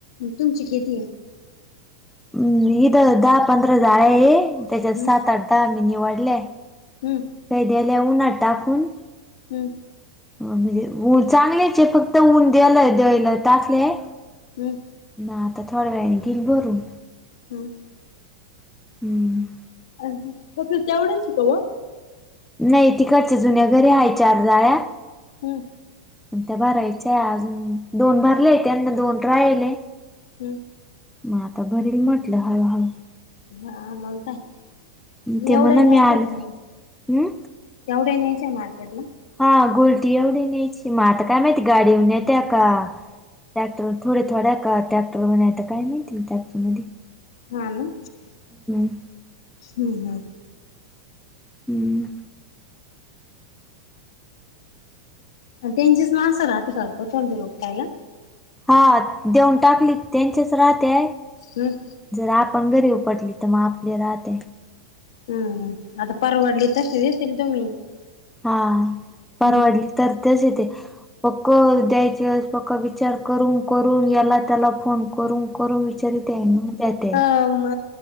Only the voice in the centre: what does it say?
हम् इीथ दहा पंधरा जाड आहे त्याच्यात
सात अर्ताा मी निवडलेय.
केैद्या ललेवून हाड्टाकून.
म्हणजेऊन चांगल्याचे फक्त ऊन द्याला देयला टाकले.
ना आता थोड्या वेळाने गेल बरून.
हम्म.
नाही तिकडच्या जुन्या घरी हाय चार जाळ्या..
त्या भरायच्याय अजून दोन भरले त्यांना दोन राहिले.
मग आता भरील म्हटलं हळ हळ.
ते
म्हणा
मी आले
हम्म
हा गोलटी एवढी न्यायची म आता काय माहिती गाडी नेत्या का. ट्रॅक्टर थोड थोड्या का ट्रॅक्टरणता काय मिळतील ट्रॅक्टर मध्ये.
हम्.
हम्म.
हा देऊन टाकली त्यांचेच राहा ते
जर आपण घरी उ पटली तर मग आपली राहते.
हा परवडली
तर तस ते. पक्क द्यायचे वेळेस पक्का विचार करून करून याला त्याला फोन कर. करून करून विचारित त्यांनी त्या ते.